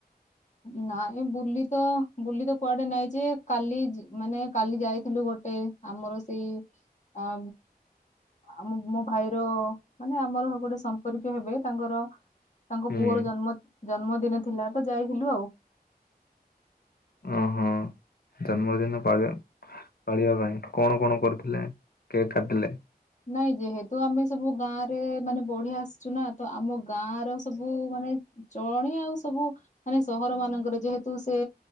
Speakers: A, on the left; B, on the left.
A: ନାଇଁ ବୁଲି ତ ବୁଲି ତ କୁଆଡେ ନାଇଁ ଯେ କାଲି ଜା ମାନେ କାଲି ଯାଇଥିଲୁ ଗୋଟେ ଗୋଟେ ଆମର ସେଇ ଅ ଆମ ମୋ ଭାଇର ମାନେ ଆମର ଗୋଟେ ସମ୍ପର୍କୀୟ ହେବେ ତାଙ୍କର ତାଙ୍କ
B: ହୁଁ
A: ପୁଅର ଜନ୍ମ ଜନ୍ମଦିନ ଥିଲା ତ ଯାଇଥିଲୁ ଆଉ।
B: ଓ ହୋ। ଜନ୍ମଦିନ ପାଳ ପାଳିବା ପାଇଁ କଣ କଣ କରିୁଥିଲେ କେକ୍ କାଟିଲେ?
A: ନାଇଁ ଯେହେତୁ ଆମେ ସବୁ ଗାଁ ରେ ମାନେ ବଢିଆ ଆସିଛୁ ନା ତ ଆମ ଗାଁ ର ସବୁ ମାନ ମାନେ ଚଳଣି ଆଉ ସବୁ ମାନେ ସହର ମାନଙ୍କରେ ଯେହେତୁ ସେ